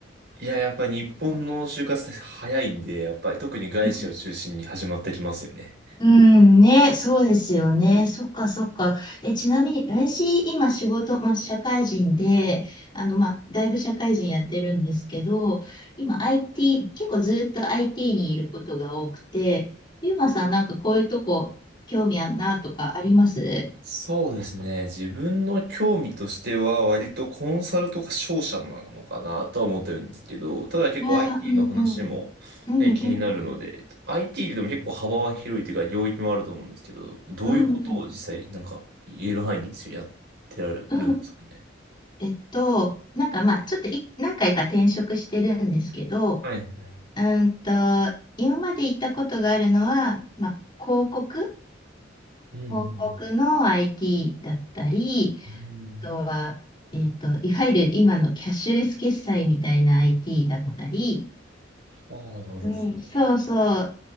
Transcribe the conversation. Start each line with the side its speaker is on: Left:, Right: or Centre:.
Right: いや、やっぱり日本の就活って早いんで、やっぱり特に外資を中心に始まってきますよね。
Left: うん、うんね、そうですよね。そっかそっか。え、ちなみに、私、今仕事、まあ、社会人で、あの、まあ、だいぶ社会人やってるんですけど、今 IT、結構ずっと IT にいることが多くて、ゆうまさんなんかこういうとこ興味あんなとかあります
Right: そうですね。自分の興味としては割とコンサルとか商社なのかなとは思ってるんですけど、ただ結構
Left: ああ、
Right: IT
Left: うんうん、
Right: の話もね、
Left: うんうん、
Right: 気になるので、IT でも結構幅は広いというか領域もあると思うんですけど、どういうことを実際なんか言える範囲でですよやってられるんですかね。
Left: うんうん、うん。えっと、なんかまあ、ちょっとい何回か転職してるんですけど、
Right: はいはい。
Left: うーんと、今まで行ったことがあるのは、まあ、広告、
Right: うんうん。
Left: 広告の IT だったり、
Right: うん
Left: あとは、えっと、いわゆる今のキャッシュレス決済みたいな IT だったり、
Right: ああ、なるほど。
Left: うん、そうそう。